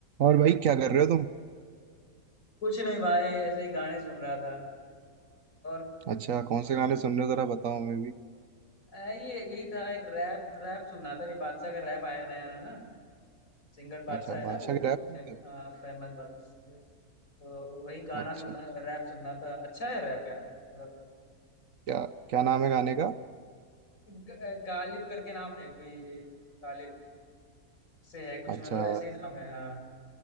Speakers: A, on the right; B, on the left.
A: और भाई क्या कर रहे हो तुम
B: कुछ नहीं भाई ऐसे ही गाने सुन रहा था और
A: अच्छा कौन से गाने सुन रहे हो जरा बताओ मैं भी
B: अ, ये यही था एक रैप रैप सुन रहा था कि बादशाह का रैप आया नया है ना सिंगर बादशाह
A: अच्छा
B: है ना
A: बादशाह
B: वो
A: गिराया
B: बहुत
A: सुनते
B: फेम,
A: हो
B: फेमस बात सिंगर तो वही गाना
A: अच्छा
B: सुनना रैप सुनना था अच्छा है रैप यार मतलब
A: क्या क्या नाम है गाने का
B: ग- गालिब करके नाम है कोई गालिब से है कुछ
A: अच्छा
B: मतलब ऐसे ही नाम है हाँ